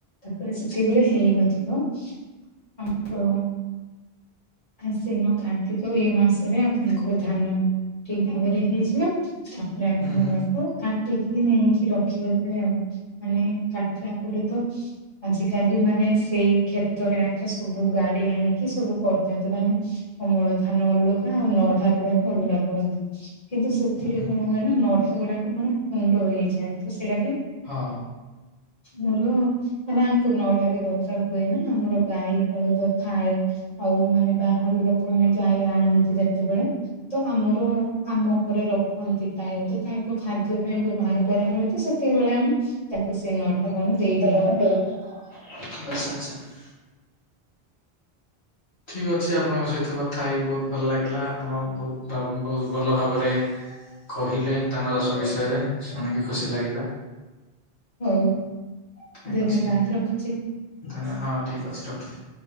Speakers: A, on the left; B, on the left.
A: ତାପରେ ସେତିକି ବେଳେ ହେଇନଥିବ। <unintelligible> ଆଶ୍ଵିନ କାର୍ତ୍ତିକ ଏଇ ମାସରେ ଆପଣଙ୍କର ଧାନ ଠିକ୍ ଭାବରେ ହେଇଯିବ। ତାପରେ ଆପଣ
B: ହୁଁ
A: ତାକୁ କାଟ କାଟିକି ନେଇକି ରଖିଦେବେ ଆଉ। ମାନେ କାଟିଲା ପରେ ତ ଆଜିକାଲି ମାନେ ସେଇ କ୍ଷେତରେ ଆକ ସବୁ ଗାଡି ଆଣିକି ସବୁ କରୁ ଚନ୍ତି। ମାନେ ଅମଳ ଧାନ ଅଲଗା ଆଉ ନଡ଼ା ଗୁଡାକ ଅଲଗା କରନ୍ତି। କିନ୍ତୁ ସେଥିରେ
B: ହୁଁ
A: କଣ ହୁଏ ନା ନଡ଼ା ଗୁଡାକ ମାନେ ଗୁଣ୍ଡ ହେଇଯାଏ। ତ ସେଇଡ଼ା ପାଇଁ
B: ହଁ।
A: ମୋର ମାନେ ଆମକୁ ନଢା ବି ଦରକାର ହୁଏ ନା ଆମର ଗାଈ ବଳଦ ଥାଏ। ଆଉ ମାନେ ବାହାରୁ ଲୋକମାନେ ଗାଈ ଆଣନ୍ତି ଯେତେବେଳେ ତ ଆମର ଆମ ଘରେ ରଖନ୍ତି ପ୍ରାୟେ। ତ ତାଙ୍କ ଖାଦ୍ୟ ପାଇଁ ବ୍ୟବହାର କରା ହୁଏ ତ, ସେ ସେତିକିବେଳେ ଆମେ ତାଙ୍କୁ ସେ ନଡ <unintelligible>
B: <unintelligible> ଆଚ୍ଛା ଆଚ୍ଛା ଆଚ୍ଛା। ଠିକ୍ ଅଛି ଆପଣଙ୍କ ସହିତ କଥା ହେଇ ବହୁତ ଭଲ ଲାଗିଲା। ଆପଣ ବହୁତ୍ ବହୁତ୍ ଭଲ ଭାବରେ କହିଲେ ଧାନ ଚାଷ ବିଷୟରେ, ଶୁଣିକି ଖୁସି ଲାଗିଲା।
A: ହଉ,
B: ଠିକ୍
A: ଧନ୍ୟବାଦ
B: ଅଛି
A: ରଖୁଚି।
B: ଧନ୍ୟ ହଁ ଠିକ୍ ଅଛି ରଖିଲି।